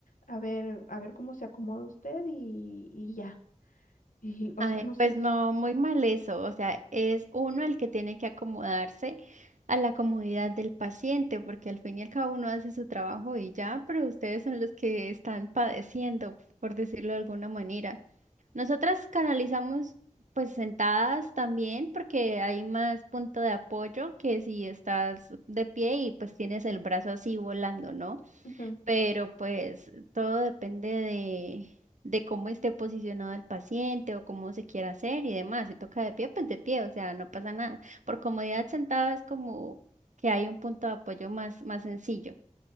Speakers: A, on the left; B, on the right.
A: a ver, a ver cómo se acomoda usted y, y ya. <laughs> Y, o
B: Ay,
A: sea, no sé
B: pues
A: si...
B: no, muy mal eso. O sea, es uno el que tiene que acomodarse a la comodidad del paciente, porque al fin y al cabo uno hace su trabajo y ya, pero ustedes son los que están padeciendo, por decirlo de alguna manera. Nosotras canalizamos pues sentadas también, porque hay más punto de apoyo que si estás de pie y pues tienes el brazo así volando, ¿no?
A: Ujú.
B: pero pues todo depende de, de cómo esté posicionado el paciente o cómo se quiera hacer y demás. Si toca de pie, pues de pie, o sea, no pasa nada. Por comodidad sentado es como que hay un punto de apoyo más, más sencillo,